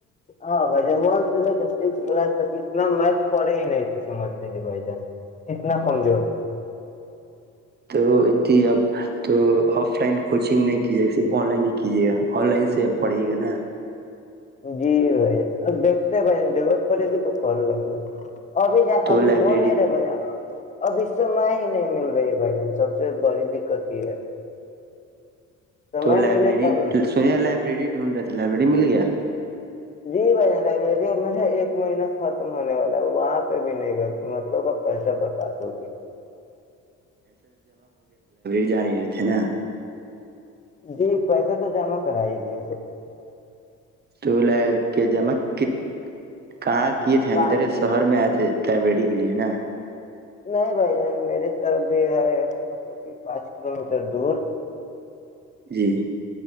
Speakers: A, on the left; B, on the right.
A: ہاں بھ جان ون سے لے کے سک کلاس تک اتنا میتھ پڑے ہی نہیں تھے سمجھ لیجیے بھائی جان اتنا کمزور تھا
B: تو انی اب تو آف لائن کوچنگ نہیں کیجے گا صرف آن لائن نہیں کیجیے گا آن لائن سی پڑے گ نا
A: جی بھائی اب دیکھتے ہیں بھائی ضرورت پڑے گی تو ک لوں گے ابھی ج
B: تو
A: ابھی
B: لائبریری
A: بول نہیں رہے ب ابھی سم ہی نہیں مل رہی ہے بھائی جن سب سے بڑی دقت یہ ہے سمے
B: تو لائبریری
A: ملے تب نا
B: سن لائبریری ڈھونڈ رہ لائبریری مل گیا
A: جی بھائی لبریری میر نے ایک مہینہ ختم ہونے والا ہے وہاں پہ بھی نہیں گیا بوں کا پیسہ برباد ہوگی
B: جان گئے تھے نا
A: جی پیسہ تو جمع کرا ہی دی اسے
B: تو لے کے جمع ک کہاں کیے تھے
A: پانچ
B: ادھر شہر میں آئے تھے لائبریری کے لیے نا
A: نہیں بھائی جان میرے طرف بھی ہے مطلب کہ پانچ کلو میٹر دور
B: جی